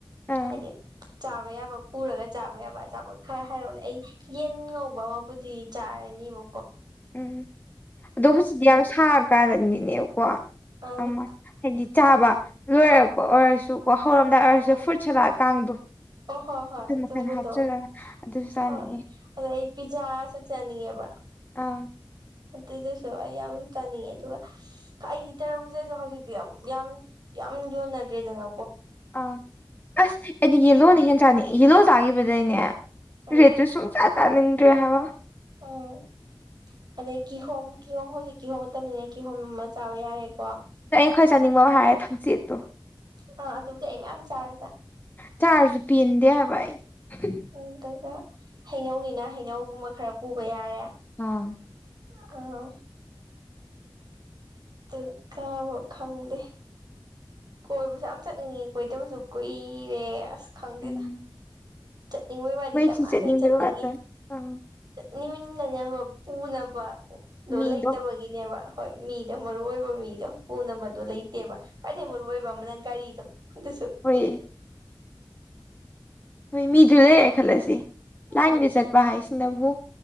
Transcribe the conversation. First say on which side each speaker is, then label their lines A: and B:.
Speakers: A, on the left; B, on the right.
A: ꯑꯪ
B: ꯍꯕꯣ ꯆꯥꯕ ꯌꯥꯕ ꯄꯨꯔꯒ ꯆꯥꯕ ꯌꯥꯕ ꯑꯆꯥꯄꯣꯠ ꯈꯔ ꯍꯥꯏꯔꯛꯅꯦ ꯑꯩ ꯌꯦꯟ ꯉꯧꯕ ꯑꯃꯕꯨꯗꯤ ꯆꯥꯔꯅꯤꯕ
A: ꯎꯝ ꯑꯗꯣ ꯍꯧꯖꯤꯗꯤ ꯌꯥꯝ ꯁꯥꯟ ꯀꯥꯗꯗꯤꯅꯦꯕꯀꯣ
B: ꯑꯪ
A: ꯑꯃ ꯍꯥꯏꯗꯤ ꯆꯥꯕ ꯂꯣꯏꯔꯛꯄ ꯑꯣꯏꯔꯁꯨ ꯀꯣ ꯍꯧꯔꯝꯗꯥꯏ ꯑꯣꯏꯔꯁꯨ
B: ꯑꯪ
A: ꯐꯨꯠ ꯁꯥꯂꯑ ꯀꯥꯡꯗꯣ
B: ꯑꯣ ꯍꯣꯏ ꯍꯣꯏ
A: ꯃꯈꯜ
B: ꯑꯗꯨꯝꯕꯗꯣ
A: ꯃꯈꯜ ꯍꯥꯞꯆꯤꯜꯂꯒ ꯑꯗꯨꯁꯨ ꯆꯥꯅꯤꯡꯉꯤ
B: ꯍꯣꯏ ꯑꯗ ꯑꯩ ꯄꯤꯖꯥꯁꯨ ꯆꯥꯅꯤꯡꯉꯦꯕ
A: ꯑꯪ
B: ꯑꯗꯨꯗꯁꯨ ꯑꯩ ꯌꯥꯝ ꯆꯥꯅꯤꯡꯉꯦ ꯑꯗꯨꯒ ꯑꯩꯒꯤ ꯇꯔꯕꯨꯗꯁꯨ ꯍꯧꯖꯤꯛꯇꯤ ꯌꯥꯝ ꯌꯥꯝ ꯌꯥꯝ ꯌꯣꯟꯅꯗ꯭ꯔꯦꯗꯅ
A: ꯑ ꯑꯁ ꯑꯗꯨꯗꯤ ꯌꯦꯂꯣꯅꯦ ꯍ ꯆꯥꯅꯤ ꯍꯤꯜꯂꯣ ꯆꯥꯈꯤꯕꯗꯩꯅꯦ
B: ꯎꯝ
A: ꯔꯦꯇꯨ ꯁꯨꯡꯆꯥꯥ ꯆꯥꯅꯤꯡꯗ꯭ꯔꯦ ꯍꯥꯏꯕ
B: ꯎꯝ ꯑꯗꯩ ꯀꯤꯍꯣꯝ ꯀꯤꯍꯣꯝ ꯍꯧꯖꯤꯛ ꯀꯤꯍꯣꯝ ꯃꯇꯝꯅꯤꯅ ꯀꯤꯍꯣꯝ ꯑꯃ ꯆꯥꯕ ꯌꯥꯏꯦꯀꯣ
A: ꯈꯩ ꯆꯥꯅꯤꯡꯕ ꯍꯥꯏꯔꯦ ꯊꯝꯆꯦꯠꯇꯣ
B: ꯑꯥ ꯑꯗꯨꯕꯨꯗꯤ ꯑꯩ ꯃꯌꯥꯝ ꯆꯥꯔꯦꯗ
A: ꯆꯥꯖ ꯄꯤꯟꯗꯚꯥꯏ <unintelligible>
B: ꯑꯗꯨꯒ ꯍꯩꯅꯧꯅꯤꯅ ꯍꯩꯅꯧꯒꯨꯝꯕ ꯈꯔ ꯄꯨꯕ ꯌꯥꯔꯦ
A: ꯑꯥ
B: ꯑ ꯑꯗꯨ ꯀꯥꯕ ꯈꯪꯗꯦ ꯀꯣꯏꯕꯁꯨ ꯌꯥꯝ ꯆꯠꯅꯤꯡꯉꯦ ꯀꯣꯏꯗꯕꯁꯨ ꯀꯨꯏꯔꯦ ꯑꯁ ꯈꯪꯗꯦꯗ
A: ꯎꯝ
B: ꯆꯠꯅꯤꯡꯕꯩ ꯋꯥꯗꯤꯗ
A: ꯊꯤ
B: ꯃꯥꯥꯟꯅ
A: ꯆꯠꯅꯤꯡꯕꯩ
B: ꯆꯠꯅꯤꯡꯉꯦ
A: ꯋꯥꯇꯅꯤ ꯑꯥ
B: ꯅꯤꯃꯤꯟꯅꯅꯕ ꯄꯨꯅꯕꯗꯣ
A: ꯃꯤꯗꯣ
B: ꯂꯩꯇꯕꯒꯤꯅꯦꯕ ꯍꯣꯏ ꯃꯤꯗꯣ ꯃꯔꯨ ꯑꯣꯏꯕ ꯃꯤꯗꯣ ꯄꯨꯅꯕꯗꯣ ꯂꯩꯇꯦꯕ ꯈ꯭ꯋꯥꯏꯗꯒꯤꯩ ꯃꯔꯨ ꯑꯣꯏꯏꯕ ꯑꯃꯅ ꯒꯥꯔꯤꯗꯣ ꯑꯗꯨꯁꯨ
A: ꯍꯣꯏ ꯍꯣꯏ ꯃꯤꯗꯨ ꯂꯩꯔꯦ ꯈꯜꯂꯁꯤ
B: ꯎꯝ
A: ꯂꯥꯏꯟꯗ ꯆꯠꯄ ꯍꯥꯏꯁꯤꯅꯕꯨ